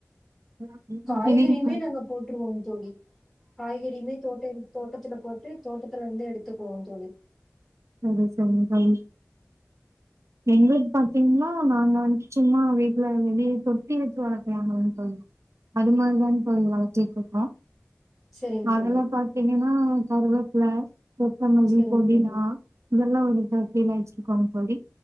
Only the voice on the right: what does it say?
சரி
சரி சரி
சரி சரிங்க தோழி எங்களுக்கு பாத்தீங்கனா நாங்க வந்து சும்மா வீட்ல வெளிய தொட்டி வச்சு வளக்குவாங்களாங் தோழி அதுமாரிதாங் தோழி வளத்திட்டு இருக்கோ
அதெல்லா
பாத்தீங்கனா கருவப்பில சொத்தமல்லி
புதினா
இதெல்லா ஒரு தொட்டில வச்சிருக்கோ தோழி